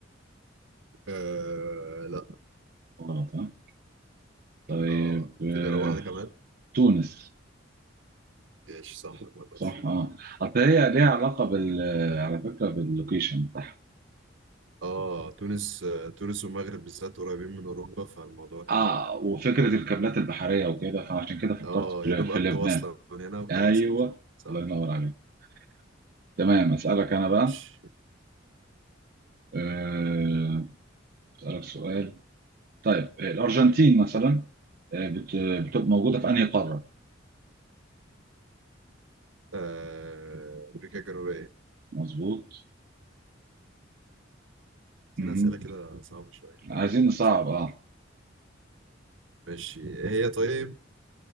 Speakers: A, on the right (about 75°); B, on the right (about 50°).
A: آه لا
B: غلط ها طيب
A: اه
B: آه،
A: تجرب واحدة كمان
B: تونس
A: ماشي صح المرة
B: صح
A: دي
B: اه أصل هي ليها علاقة بال آه، على فكرة باللوكيشن بتاعها
A: اه تونس آه، تونس والمغرب بالذات قريبين من اوروبا فالموضوع كان
B: اه وفكرة الكابلات البحرية وكده فعشان كده فكرت
A: اه
B: في
A: يا دوب اخدوا
B: في لبنان
A: وصلة من هنا وخلاص
B: ايوه
A: كده صح
B: الله ينور عليك تمام أسألك أنا بقى
A: ماشي
B: آه، أسألك سؤال طيب آه، الأرجنتين مثلا آه، بت- بتبقى موجودة في أنهي قارة؟
A: آه امريكا الجنوبية
B: مظبوط مهم.
A: أنا أسئلة كده صعبة شوية
B: عايزين
A: أنا أقلب
B: نصعب
A: شوية
B: اه
A: ماشي إيه هي طيب